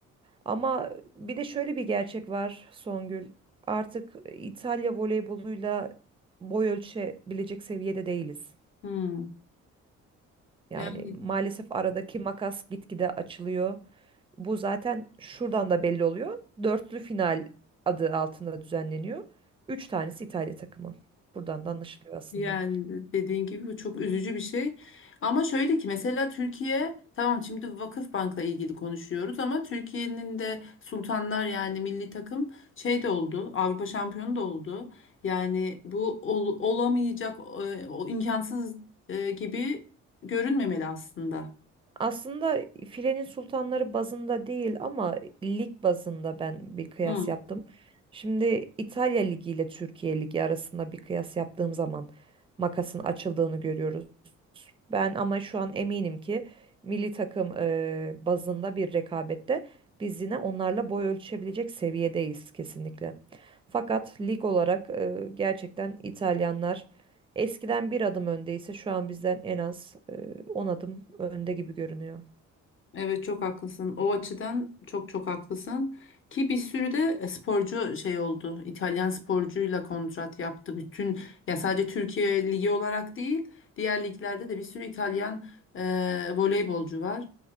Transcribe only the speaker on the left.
hmm.
Yani
yani dediğin gibi bu çok üzücü bir şey. Ama şöyle ki mesela Türkiye tamam şimdi Vakıfbank'la ilgili konuşuyoruz ama Türkiye'nin de Sultanlar yani milli takım şey de oldu. Avrupa şampiyonu da oldu. Yani bu ol- olamayacak e, o imkansız e, gibi görünmemeli aslında.
Hı,
evet çok haklısın. O açıdan çok çok haklısın. Ki bir sürü de e, sporcu şey oldu. İtalyan sporcuyla kontrat yaptı. Bütün ya sadece Türkiye ligi olarak değil, diğer liglerde de bir sürü İtalyan e, voleybolcu var